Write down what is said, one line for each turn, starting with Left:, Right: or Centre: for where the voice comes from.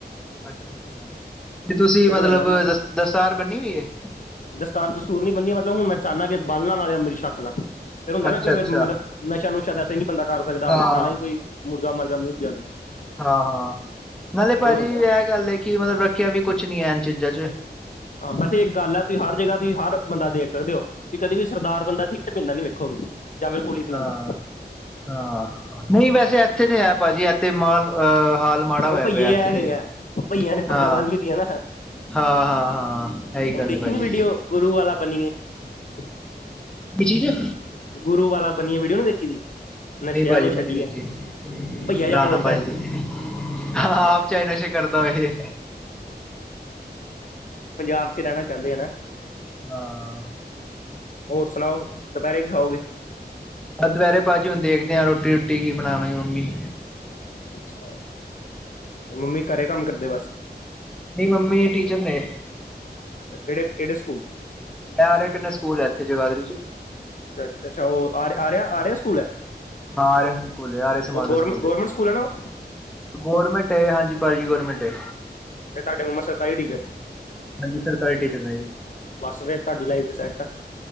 Centre: ਅੱਛਾ ਅੱਛਾ ਤੇ ਤੁਸੀਂ
Left: ਫਿਰ
Centre: ਮਤਲਬ
Left: ਹੋ ਜਾਂਦਾ ਨਾ
Centre: ਦਸਤਾਰ ਬੰਨੀ ਹੋਈ ਹੈ।
Left: ਦਸਤਾਰ ਦਸੂਰ ਨੀ ਬੰਨੀ ਮਤਲਬ ਹੁਣ ਮੈਂ ਚੁੰਦਾ ਕਿ ਬੰਨ ਨਾਲੇ ਅੰਮ੍ਰਿਤ ਛਕਲਾ ਫਿਰ ਹੁੰਦਾ
Centre: ਅੱਛਾ
Left: ਨਾ ਕਿ
Centre: ਅੱਛਾ
Left: ਫਿਰ ਮਤਲਬ ਨਸ਼ਾ ਨੁਸ਼ਾ ਤਾਂ ਵੈਸੇ ਨੀ ਬੰਦਾ ਕਰ ਸਕਦਾ
Centre: ਹਾਂ
Left: ਨਾ ਹੀ ਕੋਈ ਮੁਰਗਾ ਮਰਗਾ ਮੂੰਹਝ ਜਾਂਦਾ
Centre: ਹਾਂ ਹਾਂ ਨਾਲੇ
Left: ਉਹ
Centre: ਭਾਜੀ
Left: ਹੋ ਜਾਂਦਾ
Centre: ਇਹ
Left: ਨਾ
Centre: ਗੱਲ ਹੈ ਕਿ ਮਤਲਬ ਰੱਖਿਆ ਵੀ ਕੁਛ ਨੀ ਹੈ ਇਨ ਚੀਜ਼ਾਂ ਚ
Left: ਹਾਂ ਵੈਸੇ ਇੱਕ ਗੱਲ ਹੈ। ਤੁਸੀਂ ਹਰ ਜਗ੍ਹਾ ਤੁਸੀਂ ਹਰ ਬੰਦਾ ਦੇਖ ਸਕਦੇ ਹੋ ਕਿ ਕਦੇ ਵੀ ਸਰਦਾਰ ਬੰਦਾ ਸੀ। ਤੇ ਪੀਂਦਾ ਨੀ ਵੇਖੋਗੇ। ਜਾਂ ਫਿਰ ਗੋਲੀ ਪਿਲਾਂਦਾ।
Centre: ਹਾਂ ਹਾਂ ਨਹੀਂ ਵੈਸੇ ਇੱਥੇ ਤਾਂ ਹੈ ਭਾਜੀ ਇੱਥੇ ਮਾਲ ਅਹ ਹਾਲ। ਮਾੜਾ
Left: ਉਹ
Centre: ਹੋਇਆ
Left: ਭਈਏ
Centre: ਪਿਆ ਇੱਥੇ
Left: ਹੈਗਾ
Centre: ਤੇ
Left: ਆ ਉਹ ਭਈਆਂ ਨੇ ਪੱਗਾਂ
Centre: ਹਾਂ
Left: ਬੰਨ ਲਈ ਦੀਆਂ ਨਾ।
Centre: ਹਾਂ ਹਾਂ ਹਾਂ ਇਹੀ
Left: ਉਹ
Centre: ਗੱਲ
Left: ਦੇਖੀ
Centre: ਹੈ ਭਾਜੀ।
Left: ਨੀ ਵੀਡੀਓ ਗੁਰੂ ਵਾਲਾ ਬਣੀਏ <inaudible>
Centre: ਬੀਜੀ ਜਾਓ
Left: ਗੁਰੂ ਵਾਲਾ ਬਣੀਏ ਵੀਡੀਓ ਨੂੰ ਦੇਖੀ ਦੀ ਨਸ਼ਿਆਂ
Centre: ਨਹੀਂ ਭਾਜੀ
Left: ਨੂੰ ਛੱਡੀਏ
Centre: ਮੈਂ ਨਹੀਂ ਦੇਖੀ
Left: ਭਈਆ ਜਿਹਾ
Centre: ਨਾ
Left: ਬੋਲਦਾ
Centre: ਨਾ ਭਾਜੀ
Left: ਇੱਕ
Centre: ਦੇਖੀ ਹਾਂ
Left: ਅੱਛਾ।
Centre: ਆਪ ਚਾਹਸ਼ੇ ਕਰਦਾ ਇਹ
Left: ਪੰਜਾਬ ਚ ਰਹਿਣਾ ਚਾਹੁੰਦੇ ਆ ਨਾ
Centre: ਹਾਂ
Left: ਹੋਰ ਸੁਣਾਓ ਦੁਪਹਿਰੇ ਕੀ ਖਾਓਗੇ
Centre: ਆਹ ਦੁਪਰੇ ਭਾਜੀ ਹੁਣ ਦੇਖਦੇ ਰੋਟੀ ਰੋਟੀ ਕੀ ਬਣਾਉਣਾਈ ਮੰਮੀ
Left: ਅੱਛਾ ਮੰਮੀ ਘਰੇ ਕੰਮ ਕਰਦੇ ਬਸ
Centre: ਮੇਰੀ ਮੰਮੀ ਟੀਚਰ ਨੇ।
Left: ਅੱਛਾ ਕਿਹੜੇ ਕਿਹੜੇ ਸਕੂਲ
Centre: ਆਰੀਆ ਕਨੀਆਂ ਸਕੂਲ ਹੈ, ਇੱਥੇ ਜਗਾਦਰੀ 'ਚ।
Left: ਅੱਛਾ- ਅੱਛਾ ਉਹ ਆ -ਆ -ਆਰਿਆ ਸਕੂਲ ਹੈ।
Centre: ਹਾਂ ਆਰੀਆਂ ਸਕੂਲ ਹੈ, ਆਰੀਆਂ ਸਮਾਜ
Left: ਉਹ
Centre: ਦਾ
Left: ਗੌਰਮ
Centre: ਸਕੂਲ
Left: ਗੌਰਮੈਂਟ
Centre: ਏ।
Left: ਹੈ ਨਾ
Centre: ਗੌਰਮੈਂਟ ਹੈ, ਹਾਂਜੀ ਭਾਜੀ ਗੌਰਮੈਂਟ ਹੈ।
Left: ਫੇਰ ਤੁਹਾਡੇ ਮੰਮਾ ਸਰਕਾਰੀ ਟੀਚਰ,
Centre: ਹਾਂਜੀ ਸਰਕਾਰੀ ਟੀਚਰ ਨੇ ਜੀ।
Left: ਬਸ ਫਿਰ ਤੁਹਾਡੀ ਲਾਈਫ ਤੇ ਸੈਟ ਆ।